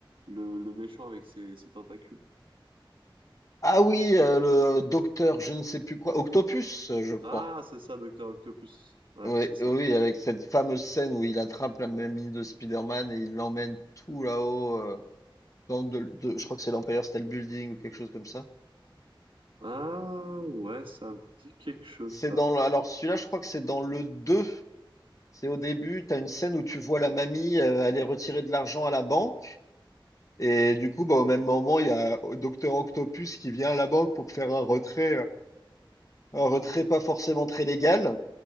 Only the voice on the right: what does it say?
le, le méchant avec ses, ses tentacules.
Ah, c'est ça, Docteur Octopus. Ouais,
c'est ça.
Ah, ouais, ça me dit quelque chose,
ça.